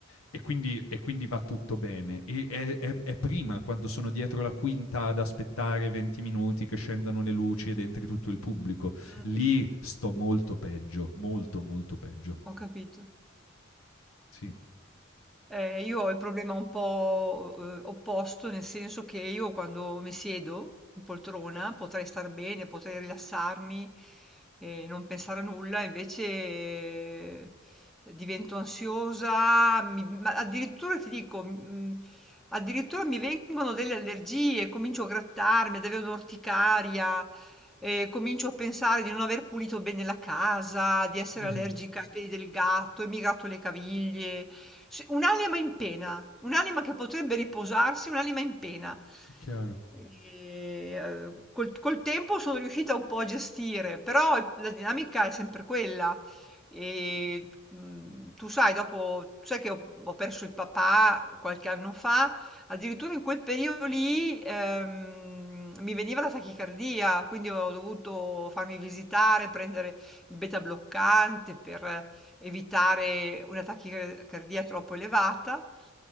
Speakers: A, on the left; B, in the centre.
A: E quindi, e quindi va tutto bene. E è, è- è prima, quando sono dietro la quinta ad aspettare 20 minuti che scendano le luci ed entri tutto il pubblico.
B: Mh.
A: Lì sto molto peggio, molto, molto peggio.
B: Ho capito.
A: Sì,
B: Eh, io ho il problema un po', eh, opposto, nel senso che io quando mi siedo in poltrona potrei star bene, potrei rilassarmi e non pensare a nulla, invece eh, divento ansiosa, mi- ma addirittura ti dico, mm, addirittura mi vengono delle allergie, comincio a grattarmi, ad avere un'orticaria e comincio a pensare di non aver pulito bene la casa, di essere
A: Mhm,
B: allergica ai peli del gatto, e mi gratto le caviglie. Sì, Un'anima in pena, un'anima che potrebbe riposarsi, un'anima in pena.
A: è chiaro.
B: E, eh, col, col tempo sono riuscita un po' a gestire, però la dinamica è sempre quella. E, mm, tu sai, dopo, tu sai che ho, ho perso il papà qualche anno fa Addirittura in quel periodo lì, ehm, mi veniva la tachicardia, quindi ho dovuto farmi visitare, prendere il beta bloccante per evitare una tachicardia troppo elevata.